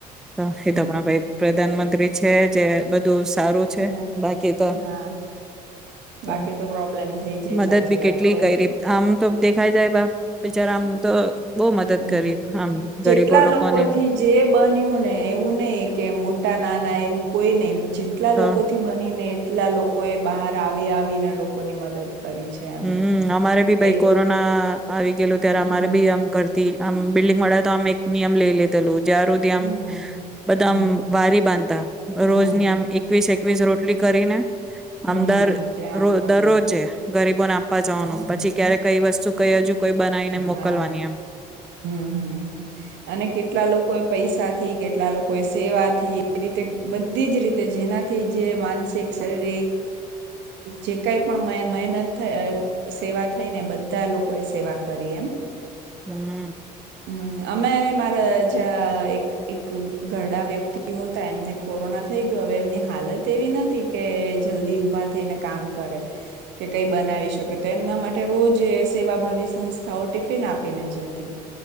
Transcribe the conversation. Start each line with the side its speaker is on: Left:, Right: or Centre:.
Centre: તો
Right: હમ
Centre: એ તો આપણા ભાઈ પ્રધાનમંત્રી છે જે બધું સારું છે.
Right: હા
Centre: બાકી તો,
Right: હા
Centre: તો
Right: બાકી પ્રોબ્લેમ થઈ જાય
Centre: મદદ
Right: સાચી
Centre: બી
Right: વાત
Centre: કેટલી
Right: છે
Centre: કયરી આમ તો દેખાય જાય બાપ બિચારા, આમ તો બઉ મદદ
Right: હં
Centre: કરી આમ
Right: જેટલા
Centre: ગરીબો લોકોને
Right: લોકોથી જે બન્યું ને, એવું નહિ કે મોટા નાના એવું કોઈને જેટલા
Centre: તો
Right: લોકોથી બનીને એ કેટલા લોકો એ બહાર આવી-આવી ને લોકોની મદદ કરી છે એમ
Centre: હમ, અમારે બી
Right: પઈ
Centre: ભઈ કોરોના આવી ગેલું ત્યારે
Right: હમ
Centre: અમારે બી આમ તે આમ, બિલ્ડિંગવાળા તો આમ, એક નિયમ લઈ લે. <unintelligible> જ્યાર હુધી આમ
Right: હમ,
Centre: બધા
Right: હમ,
Centre: આમ વારી બાંધતા
Right: હમ,
Centre: રોજની આમ એકવીસ એ વીસ રોટલી કરી ને
Right: હમ,
Centre: આમ દર
Right: ત્યાં
Centre: રો
Right: આપવાની.
Centre: દરરોજે. ગરીબો ને આપવા જવાનું
Right: હમ,
Centre: પછી ક્યારેક કઈ વસ્તુ કઈ હજુ કોઈ બનાવીને
Right: હા
Centre: મોકલવાની એમ
Right: હમ હમ અને કેટલા લોકો પૈસા થી કેટલા લોકો એ સેવા થી એ રીતે બધી જ રીતે જેનાથી જે માનસિક શારીરિક જે કઈ પણ મહેનત થ સેવા થઈ ને બધા લોકો એ સેવા.. કરી એમ
Centre: હમ
Right: હમ અમે મારા જ્યાં એક એક ઘરડા વ્યક્તિ હોતા એમને કોરોના થઈ ગયો હવે એમની હાલત એવી નથી કે જલ્દી ઊભા થઈને કામ કરે કે કઈ બનાવી શકે તો એમના માટે રોજ સેવાભાવી સંસ્થાઓ ટિફિન આપીને જતી